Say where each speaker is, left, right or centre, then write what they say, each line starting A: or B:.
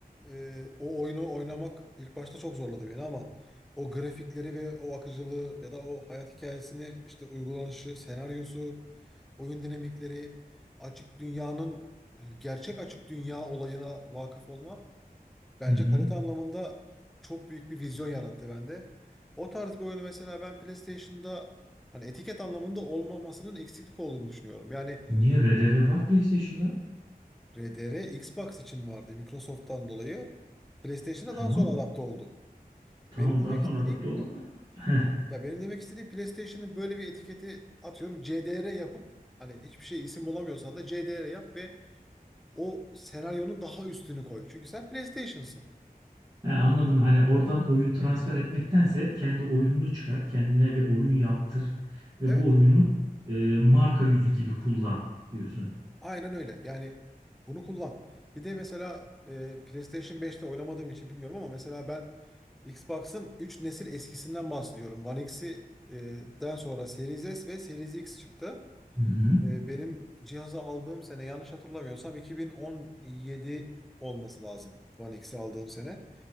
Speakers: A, in the centre; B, on the right (about 20°).
A: e, o oyunu oynamak ilk başta çok zorladı beni ama o grafikleri ve o akıcılığı ya da o hayat hikayesini işte uygulanışı, senaryosu, oyun dinamikleri, açık dünyanın gerçek açık dünya olayına vakıf olma bence
B: Hı hı.
A: kalite anlamında çok büyük bir vizyon yarattı bende. O tarz bir oyunu mesela ben PlayStation'da hani etiket anlamında olmamasının eksiklik olduğunu düşünüyorum. Yani
B: Niye RDR var PlayStation'da?
A: RDR Xbox için vardı Microsoft'tan dolayı. PlayStation'a
B: Tamam.
A: daha sonra adapte oldu.
B: Tamam
A: Benim demek
B: daha sonra
A: istediğim
B: adapte oldu ama <laughs>
A: ya benim demek istediğim PlayStation'ın böyle bir etiketi atıyorum CDR yapıp hani hiçbir şey isim bulamıyorsan da CDR yap ve o senaryonun daha üstünü koy. Çünkü sen PlayStation'sın.
B: He, anladım. Hani oradan oyun transfer etmektense kendi oyununu çıkar, kendine bir oyun yaptır ve
A: Evet.
B: bu oyunu e, marka yüzü gibi kullan diyorsun.
A: Aynen öyle. Yani bunu kullan. Bir de mesela e, PlayStation 5'te oynamadığım için bilmiyorum ama mesela ben Xbox'ın 3 nesil eskisinden bahsediyorum. One X'i e, den sonra Series S ve Series X çıktı.
B: Hı hı.
A: E, benim cihazı aldığım sene yanlış hatırlamıyorsam 2017 olması lazım One X'i aldığım sene.